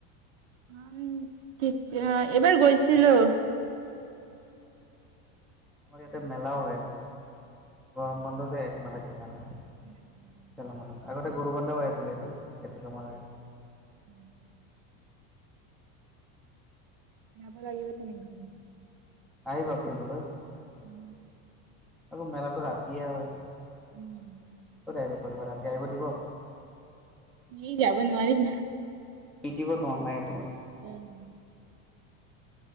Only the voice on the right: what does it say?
উম, কেতিয়া এবাৰ গৈছিলোঁ।
উম, উম, উম।
হম। যাবা লাগিব তেনেহ'লে
উম।
উম।
ই যাব নোৱাৰিম।
উম।